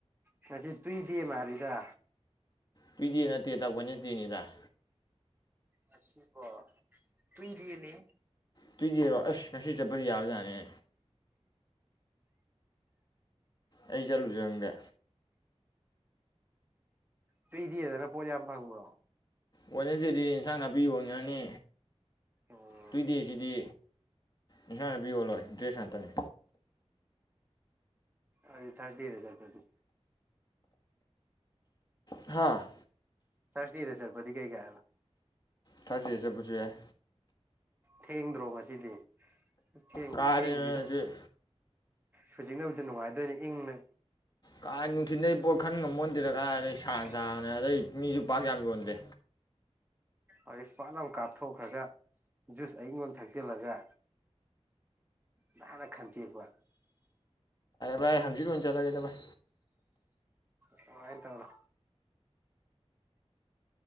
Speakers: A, on the right; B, on the left.
A: ꯉꯁꯤ ꯇꯨꯏꯗꯦ ꯃꯥꯔꯤꯗ
B: ꯄꯤꯗꯦ ꯅꯠꯇꯦ ꯇꯕ ꯅꯦꯁꯗꯦꯅꯤꯗ
A: ꯑ ꯀ ꯇꯨꯗꯤꯅꯦ
B: ꯇꯨꯏ ꯌꯦꯔꯣ ꯑꯁ ꯉꯁꯤ ꯆꯠꯄꯗꯤ ꯌꯥꯕꯖꯥꯠꯅꯦ ꯑꯩ ꯆꯠꯂꯨꯖꯪꯒꯦ
A: ꯁꯨꯏꯗꯤꯦꯗꯅ ꯄꯣꯠ ꯌꯥꯝ ꯐꯪꯕ꯭ꯔꯣ
B: ꯋꯦꯅꯦꯁꯗꯦꯗꯤ ꯏꯟꯁꯥꯡ ꯅꯥꯄꯤ ꯌꯣꯟꯉꯉꯅꯤ
A: ꯎꯝ
B: ꯇꯨꯏ ꯗꯦꯁꯤꯗꯤ ꯏꯟꯁꯥꯡ ꯍꯥꯅꯥꯄꯤꯌꯣꯜꯂꯣꯏ ꯗ꯭ꯔꯦꯁ ꯉꯥꯛꯇꯅꯤ
A: ꯑꯗꯨꯗꯤ ꯊꯥꯔꯁꯗꯦꯔꯦ ꯆꯔꯄꯗꯤ
B: ꯍꯥꯥ
A: ꯊꯔꯁꯇꯗꯤꯗ ꯆꯔꯄꯗꯤ ꯀꯩ ꯀꯥꯏꯕ
B: ꯊꯥꯖ ꯆꯠꯄꯁꯨ ꯌꯥꯏ
A: ꯊꯦꯡꯗ꯭ꯔꯣ ꯉꯁꯤꯗꯤ ꯊꯦꯡꯕꯗꯤ
B: ꯀꯥꯗꯅꯁꯨ
A: ꯊꯦꯡꯗ꯭ꯔꯤꯗ ꯍꯧꯖꯤꯛꯅꯕꯨꯗꯤ ꯅꯨꯡꯉꯥꯏꯗꯣꯏꯅꯦ ꯏꯪꯅ
B: ꯀꯥꯏ ꯅꯨꯡꯊꯤꯤꯟꯗꯩ ꯄꯣꯠ ꯈꯟ ꯉꯝꯃꯣꯟꯗꯦꯗ ꯀꯥꯏ ꯑꯗꯩ ꯁꯥꯡꯅ
A: ꯎꯝ
B: ꯁꯥꯕꯅꯦ ꯑꯗꯩ ꯃꯤꯁꯨ ꯄꯥꯛ ꯌꯥꯝ ꯌꯣꯟꯗꯦ
A: ꯑꯩꯏ ꯐꯠ ꯂꯧ ꯀꯥꯞꯊꯣꯛꯈ꯭ꯔꯒ ꯖꯨꯁ ꯑꯌꯤꯡꯕꯣ ꯑꯃ ꯊꯛꯆꯤꯜꯂꯒ ꯅꯥꯅ ꯈꯟꯇꯦꯛꯄ
B: ꯚꯥꯏ ꯍꯪꯆꯤꯠ ꯑꯣꯏꯅ ꯆꯠꯂꯒꯦꯗ ꯚꯥꯏ
A: <unintelligible> ꯇꯧꯔꯣ